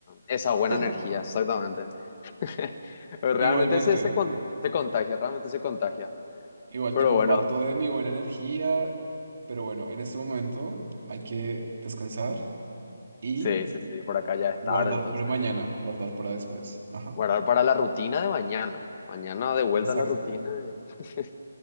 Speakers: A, on the left; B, on the right.
A: esa buena
B: <laughs>
A: energía, exactamente. <laughs> Realmente
B: Igualmente,
A: se, se, con- se contagia, realmente se contagia.
B: igual
A: Pero
B: te comparto
A: bueno,
B: de mi buena energía, pero bueno, en este momento hay que descansar y
A: sí, sí, sí, por acá ya es
B: guardar
A: tarde, entonces
B: para mañana,
A: ya
B: guardar para después. Ajá,
A: guardar para la rutina de mañana. Mañana de vuelta
B: exacto.
A: a la rutina. y- <laughs>